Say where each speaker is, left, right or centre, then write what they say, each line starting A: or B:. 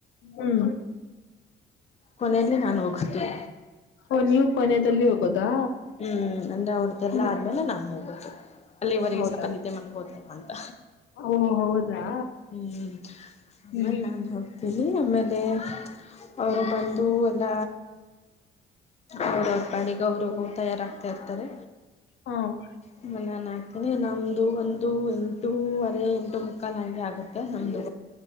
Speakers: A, on the left; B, on the left.
A: ಹ್ಮ್.
B: ಕೊನೆಲಿ ನಾನು ಹೋಗತಿನಿ.
A: ಓ ನೀವು ಕೊನೆಯಲ್ಲಿ ಹೋಗೋದಾ
B: ಹ್ಮ್ ಅಂದ್ರೆ ಅವ್ರ್ದೆಲ್ಲ
A: ಹ್ಮ್
B: ಆದ್ಮೇಲೆ ನಾನ್ ಹೋಗೋದು. ಅಲ್ಲಿವರೆಗೆ
A: ಹೌದಾ
B: ಸ್ವಪ ನಿದ್ದೆ ಮಾಡ್ಬುದಲ್ಲ ಅಂತ.
A: ಓ ಹೌದಾ
B: ಹ್ಮ್ ಆಮೇಲ್
A: ಹ್ಮ್
B: ನಾನು. ಹೋಗತೀನಿ. ಆಮೇಲೆ ಅವರು ಬಂದು ಎಲ್ಲ ಅವ್ರು ಅವ್ರ್ ಪಾಡಿಗೆ ತಯಾರ ಆಗ್ತಾ ಇರ್ತಾರೆ.
A: ಹ್ಮ್.
B: ಆಮೇಲೆ ನಾನು ಹಾಕ್ತೀನಿ ನಮ್ಮದು ಒಂದು ಎಂಟೂವರೆ ಎಂಟು ಮುಖಾಲುನಗೆ ಆಗುತ್ತೆ ನಮ್ಮದು